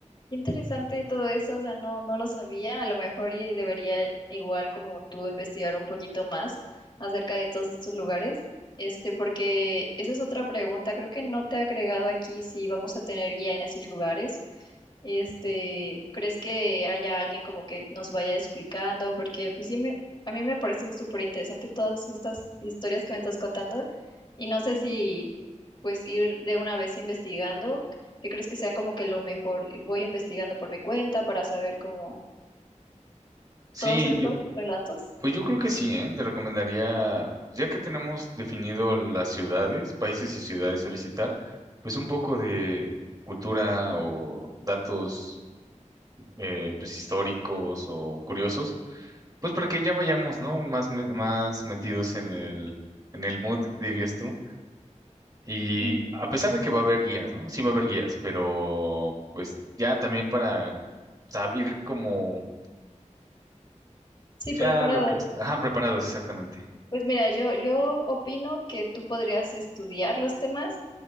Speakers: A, on the left; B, on the right.
A: Qué interesante todo eso, o sea, no, no lo sabía, a lo mejor y debería igual como tú investigar un poquito más acerca de todos estos lugares, este, porque esa es otra pregunta, creo que no te he agregado aquí si vamos a tener guía en esos lugares. Este, ¿crees que haya alguien como que nos vaya explicando? Porque pues sí, me- a mí me parece súper interesante todas estas historias que me estás contando y no sé si pues ir de una vez investigando, ¿qué crees que sea como que lo mejor? Voy investigando por mi cuenta para saber como
B: Sí,
A: todos estos
B: yo,
A: relatos.
B: Pues yo creo que sí, ¿eh? Te recomendaría, ya que tenemos definido las ciudades, países y ciudades a visitar, pues un poco de cultura o datos eh, pues históricos o curiosos, pues para que ya vayamos, ¿no? Más, me- más metidos en el, en el mood, dirías tú. Y
A: Ujú.
B: a pesar de que va a haber guías, ¿no? Sí va a haber guías, pero pues ya también para saber como
A: Sí,
B: ya
A: preparado.
B: lo que... Ajá, preparados, exactamente.
A: Pues mira, yo, yo opino que tú podrías estudiar los temas